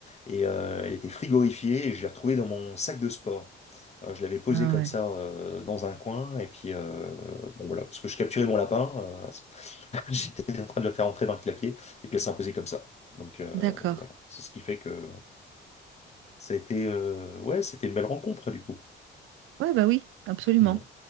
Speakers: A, on the left; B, on the right.
A: et euh, elle était frigorifiée et je l'ai retrouvée dans mon sac de sport. Euh, je l'avais posée
B: Ah
A: comme
B: ouais.
A: ça euh, dans un coin et puis euh, bon voilà, parce que je capturais mon lapin, euh, à ce- <laughs> j'étais en train de le faire entrer dans le clapier et puis elle s'est imposée comme ça. Donc euh,
B: D'accord.
A: voilà, c'est ce qui fait que Ça a été, euh, ouais, c'était une belle rencontre, du coup.
B: Ouais, bah oui, absolument.
A: Mm.